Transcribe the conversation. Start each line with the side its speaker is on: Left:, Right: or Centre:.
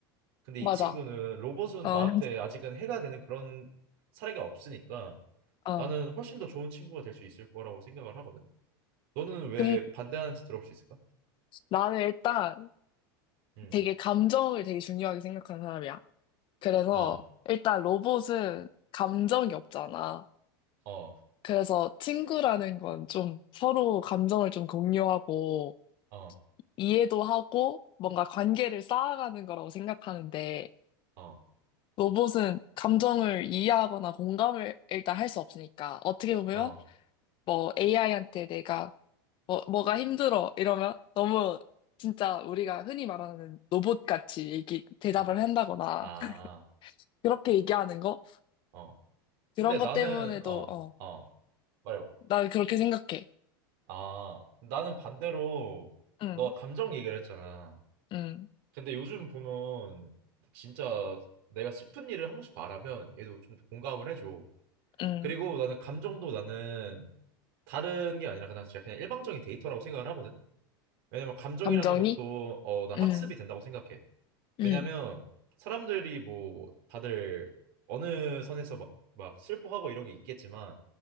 Right: 근데
Left: 맞아.
Right: 이 친구는 로봇은
Left: 어, <laughs>
Right: 나한테 아직은 해가 되는 그런 사례가 없으니까
Left: 어.
Right: 나는 훨씬 더 좋은 친구가 될 수 있을 거라고 생각을 하거든. 너는 왜
Left: 근
Right: 반대하는지 들어볼 수 있을까?
Left: 나는 일단
Right: 응.
Left: 되게 감정을 되게 중요하게 생각하는 사람이야. 그래서
Right: 어,
Left: 일단 로봇은 감정이 없잖아.
Right: 어,
Left: 그래서 친구라는 건 좀 서로 감정을 좀 공유하고
Right: 어,
Left: 이해도 하고 뭔가 관계를 쌓아가는 거라고 생각하는데
Right: 어,
Left: 로봇은 감정을 이해하거나 공감을 일단 할 수 없으니까 어떻게 보면
Right: 어,
Left: 뭐 AI한테 내가 뭐, 뭐가 힘들어 이러면 너무 진짜 우리가 흔히 말하는 로봇같이 얘기, 대답을
Right: 아,
Left: 한다거나
Right: 아,
Left: <laughs> 그렇게 얘기하는 거?
Right: 어.
Left: 그런
Right: 근데 나는
Left: 것 때문에도
Right: 어,
Left: 어,
Right: 어, 말해봐.
Left: 나 그렇게 생각해.
Right: 아, 나는 반대로
Left: 응,
Right: 너 감정 얘기를 했잖아.
Left: 응,
Right: 근데 요즘 보면 진짜 내가 슬픈 일을 한 번씩 말하면 얘도 좀 공감을 해줘.
Left: 응.
Right: 그리고 나는 감정도 나는 다른 게 아니라 그냥 진짜 그냥 일방적인 데이터라고 생각을 하거든. 왜냐면 감정이라는
Left: 감정이?
Right: 것도 어, 나 학습이
Left: 응,
Right: 된다고 생각해. 왜냐면
Left: 응,
Right: 사람들이 뭐 다들 어느 선에서 막, 막 슬퍼하고 이런 게 있겠지만